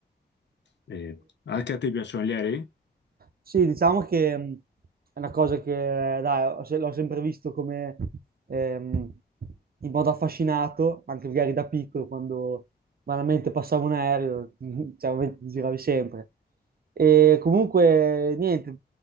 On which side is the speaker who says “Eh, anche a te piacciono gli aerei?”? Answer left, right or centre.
Left